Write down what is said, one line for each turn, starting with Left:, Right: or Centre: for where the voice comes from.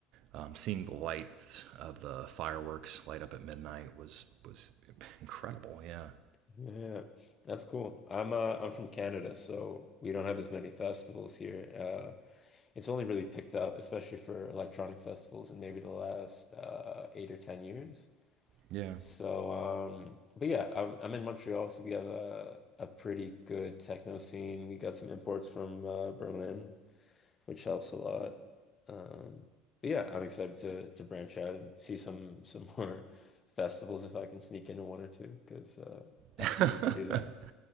Right: um, seeing the lights of the fireworks light up at midnight was was incredible. Yeah,
Left: <laughs> Yeah, that's cool. I'm uh I'm from Canada, so we don't have as many festivals here. uh, It's only really picked up, especially for electronic festivals in maybe the last uh, eight or ten years.
Right: yeah.
Left: So, um, but yeah, I'm, I'm in Montreal, so we have a, a pretty good techno scene. We got some imports from uh, Berlin, which helps a lot. Um, but yeah, I'm excited to to branch out and see some some <laughs> more festivals if I can sneak into one or two, because uh, I
Right: <laughs>
Left: still need to do that.